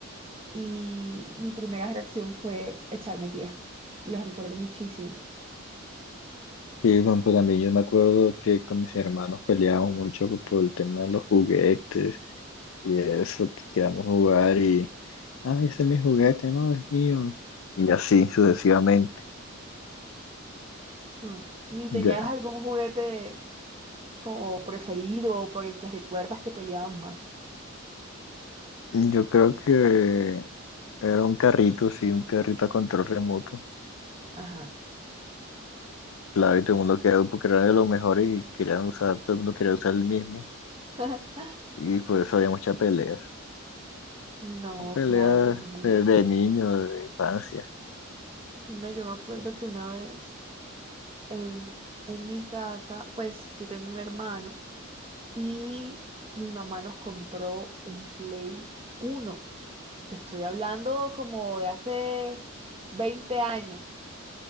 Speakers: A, on the right; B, on the left.
A: y mi primera reacción fue echarme tierra. Lo recuerdo muchísimo.
B: Sí, bueno, pues también yo me acuerdo que con mis hermanos peleábamos mucho por el tema de los juguetes. Y eso, que queramos jugar y, ah ese es mi juguete, no, es mío. Y así sucesivamente.
A: Mm. ¿Ni tenías
B: Ya.
A: algún juguete como preferido o por el que recuerdas que peleaban más?
B: Yo creo que era un carrito, sí, un carrito a control remoto.
A: Ajá.
B: Claro, y todo el mundo quería, porque era de los mejores y querían usar, todo el mundo quería usar el mismo.
A: <laughs>
B: Y por eso había muchas peleas.
A: No,
B: Son peleas
A: claro, imagínate.
B: de, de niños, de infancia.
A: No, yo me acuerdo que una vez en, en mi casa, pues yo tengo un hermano y mi mamá nos compró un Play uno. Te estoy hablando como de hace 20 años.